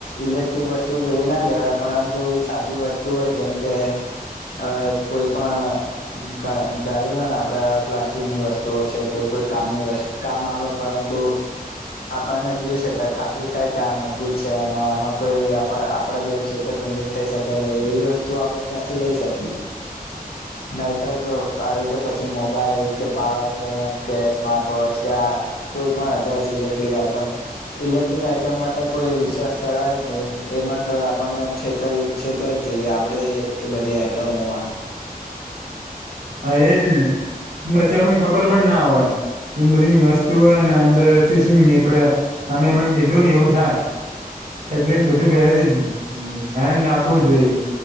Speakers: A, on the left (about 85°); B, on the right (about 70°).
A: ઇલેક્ટ્રિક વસ્તુ કેવી ના લેવાય પરંતુ સાદી વસ્તુ હોય જેમ કે હવે કોઈ પણ ધને આપણે પ્લાસ્ટિકની વસ્તુ કે કો કામ કામ આવે પરંતુ આપણને જોઈ શકાય ખાતરી છે કે આ મજબૂત છે અને આમાં કોઈ આપડા જો છેતરપંડિત થઈ શકે ન એવી વસ્તુ આપ ક્યાંથી લઈ શકીએ નહીતર જો આવી રીતે પછી મોબાઈલ કે પાવર બેંક કે સ્માર્ટ વોચ કે કો પણ સિલેકટેડ આઈટમ ઇલેક્ આઈટમ તો કોઈ વિશ્વાસ કરાય જ નહી એમાં તો આપણને છેત છેતરાઈ જઈએ આપ આપડે એ બધી આઈટમોમાં
B: હા એજ ને પછી પણને ખબર પણ ના હોય. એમ બધી વસ્તુઓને અંદરછી શું નીકળે અમે એમને કીધું ને એવું થાય. એટલે એમ બધું પેલેથી ધ્યાન નાખવું જોઈએ.